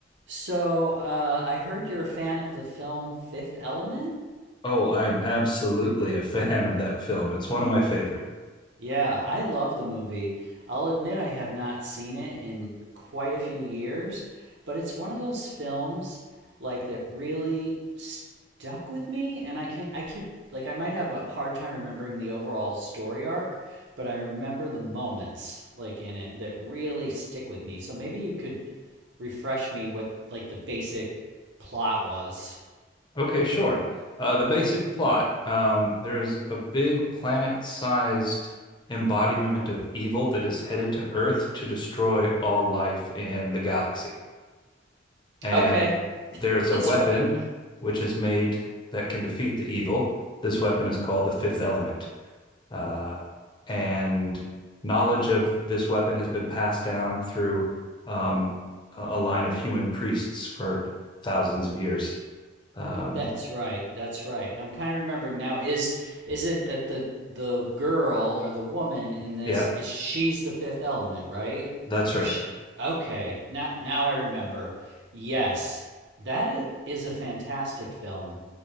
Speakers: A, on the right; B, on the left.
A: So uh, I heard you're a fan of the film Fifth Element?
B: Oh, I'm absolutely a <laughs> fan of that film. It's one of my favorite.
A: Yeah, I love the movie. I'll admit I have not seen it in quite a few years, but it's one of those films like that really stuck with me and I can I could like I might have a hard time remembering the overall story arc, but I remember the moments like in it that really stick with me. So maybe you could refresh me what like the basic plot was.
B: Okay, sure. Uh, the basic plot. Um, there's a big planet-sized embodiment of evil that is headed to Earth to destroy all life in the galaxy. And
A: Okay,
B: there's
A: <laughs> that's
B: a weapon
A: right.
B: which is made that can defeat the evil. This weapon is called the Fifth Element. Uh, and knowledge of this weapon has been passed down through um, a line of human priests for thousands of years. Um,
A: That's right. That's right. I'm kind of remembering now. Is is it that the the girl or the woman in this
B: yeah,
A: is she's the fifth element, right?
B: that's
A: Or
B: right.
A: she, okay, now now I remember. Yes, that i- is a fantastic film,